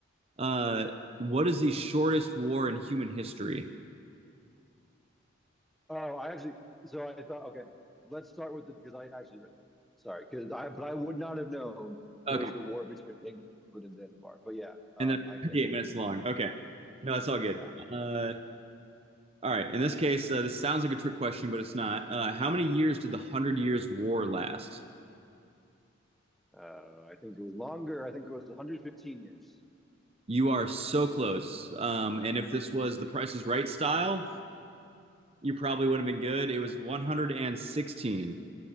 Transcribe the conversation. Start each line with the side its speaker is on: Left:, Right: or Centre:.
Right: Uh, what is the shortest war in human history?
Centre: Oh, I actually, so I thought, okay, let's start with it because I actually read that. Sorry, because I, but I would not have known that
Right: Okay,
Centre: it was the war between England and Zanzibar. But yeah, um,
Right: and that's
Centre: I can,
Right: 38 minutes long. Okay, no, that's all good.
Centre: yeah,
Right: Uh, all right, in this case, uh, this sounds like a trick question, but it's not. Uh, how many years did the Hundred Years' War last?
Centre: uh, I think it was longer. I think it was 115 years.
Right: You are so close. Um, and if this was the Price is Right style, you probably would have been good. It was 116.